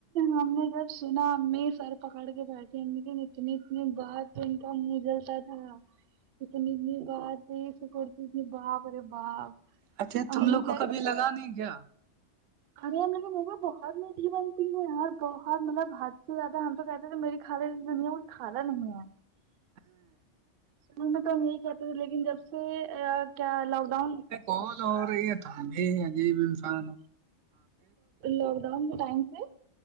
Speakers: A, on the right (about 60°); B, on the right (about 80°).
A: ہم نے جب سنا امی سر پکڑ کے بیٹھی امی دن اتنی دن بع تو ان کا منہ جلتا تھا ا تو م م با د شکتی م باپ ارے باپ
B: اچھے
A: ہمیں
B: تم لوگ
A: کہ
B: کو کبھی لگا نہیں کیا
A: کھانے ہم لگ ما بہت میٹھی بنتی ہے اور بہت مطلب حد سے زیادہ ہم کہتے کہ میری خال دنیا ہ خالا نہیں ہے
B: <inaudible>
A: س میں تو ہم یہی کہتے تھے لیکن جب سے کیا لاک ڈاؤن
B: ک در یہ تو آگے بھیمفا ن
A: لاک ڈاؤن ٹائم سے